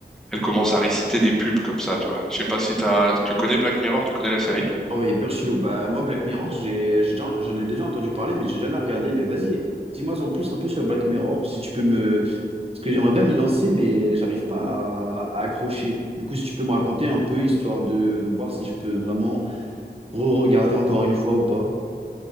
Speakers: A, in the centre; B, on the right (about 35°).
A: elle commence à réciter des pubs comme ça, tu vois. Je sais pas si t'as, tu connais Black Mirror, tu connais la série?
B: Ah ouais, hyper chelou. Bah, moi, Black Mirror, j'ai, j'ai déjà- j'en ai déjà entendu parler, mais j'ai jamais regardé. Mais vas-y, dis-moi en plus un peu sur Black Mirror, si tu peux me. Parce que j'aimerais bien m'y lancer, mais j'arrive pas à, à accrocher. Du coup, si tu peux me raconter un peu, histoire de, de voir si je peux vraiment re-regarder encore une fois ou pas.